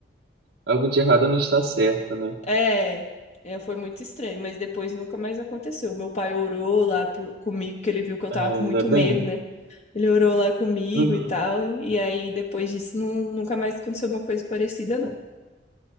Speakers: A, on the right; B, on the left.
A: algo de errado não está certo, né?
B: É, é, foi muito estranho, mas depois nunca mais aconteceu. Meu pai orou lá por- comigo, porque ele viu que eu
A: Ah,
B: tava com
A: ainda
B: muito
A: bem.
B: medo, né? Ele orou lá comigo
A: Uhum.
B: e tal. E aí, depois disso, nu- nunca mais aconteceu uma coisa parecida, não.